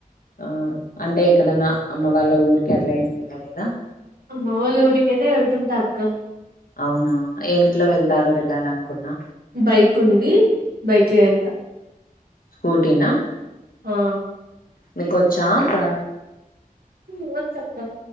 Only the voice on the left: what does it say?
ఆ అంటే ఎక్కడన్నా అమ్మ వాళ్ళ ఊరికి అట్ల ఏమి వెళ్ళలేదా
అవునా ఏమిట్లో వెళ్తారు వెళ్ళాలనుకున్నా
స్కూటీ న
మీకు వచ్చాక్క